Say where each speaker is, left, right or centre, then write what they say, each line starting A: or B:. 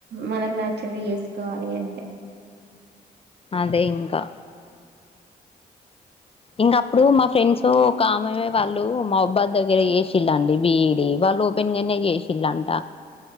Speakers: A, on the right; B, on the left.
A: మనకి నచ్చింది చేసుకోవాలి ఇగ అంతే
B: అదే ఇంకా ఇంకా అప్పుడు మా ఫ్రెండ్స్ ఒకఆమె వాళ్ళు మా అబ్బాయి దగ్గర చేసిళ్ళండి బిఈడి వాళ్ళు ఓపెన్ గానే చేసిల్లాంట